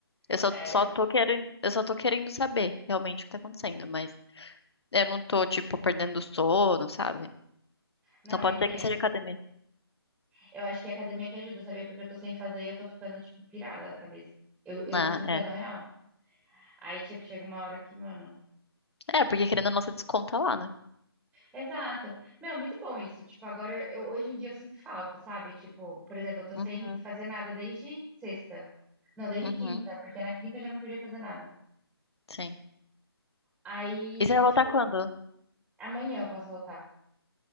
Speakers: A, on the left; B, in the centre.
A: Eu só,
B: Sério?
A: só tô querendo, eu só tô querendo saber realmente o que tá acontecendo, mas eu não tô, tipo, perdendo o sono, sabe?
B: Não,
A: Então pode
B: eu entendo.
A: ser que seja academia.
B: Eu acho que é a academia que ajuda, sabia? Porque eu tô sem fazer e eu tô ficando, tipo, pirada da cabeça. Eu, eu
A: Ah,
B: tô surtando
A: é.
B: real. Aí, tipo, chega uma hora que, mano.
A: É, porque querendo a nossa desconta lá, né?
B: Exato. Meu, muito bom isso. Tipo, agora, eu, hoje em dia eu sinto falta, sabe? Tipo, por exemplo, eu tô
A: Uhum,
B: sem fazer nada desde sexta. Não, desde
A: uhum,
B: quinta, porque na quinta eu já não podia fazer nada.
A: sim.
B: Aí,
A: E você vai voltar
B: tipo,
A: quando?
B: amanhã eu posso voltar.